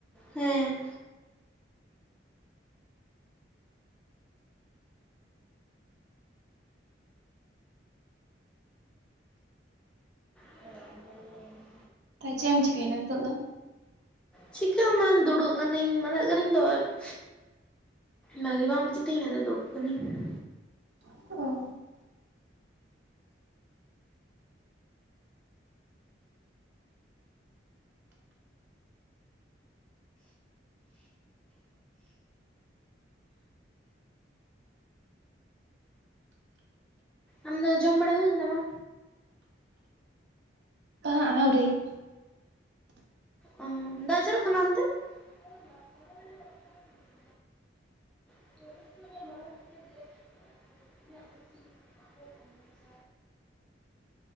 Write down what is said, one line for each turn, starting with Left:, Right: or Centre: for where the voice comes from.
Centre: ᱦᱮᱸ ᱾ <unintelligible>
Right: ᱛᱟᱦᱮ ᱪᱮᱫ ᱮᱢ ᱪᱤᱠᱟᱹᱭ ᱮᱫᱟ ᱱᱤᱛᱚᱜ ᱫᱚ?
Centre: ᱪᱤᱠᱟᱹ ᱦᱚᱸ ᱵᱟᱝ ᱫᱩᱲᱩᱵ ᱠᱟᱹᱱᱟᱹᱧ ᱢᱟᱫᱟᱜ ᱠᱟᱹᱱᱟᱹᱧ ᱫᱚ ᱟᱨ ᱾ ᱵᱷᱟᱜᱮ ᱵᱟᱝ ᱵᱩᱡᱮᱫ ᱛᱮᱧ ᱫᱩᱲᱩᱵ ᱠᱟᱱᱟᱧ ᱾
Right: ᱚ ᱾
Centre: ᱟᱢᱫᱚ ᱡᱚᱢ ᱵᱟᱲᱟ ᱦᱩᱭ ᱮᱱ ᱛᱟᱢᱟ?
Right: ᱟᱦᱣᱨᱤ ᱾
Centre: ᱚ, ᱫᱟᱜ ᱡᱩᱨᱚᱜ ᱠᱟᱱᱟ ᱚᱱᱛᱮ? <unintelligible> <unintelligible> ᱤᱧᱟᱜ ᱠᱩᱠᱞᱤ <unintelligible> <unintelligible>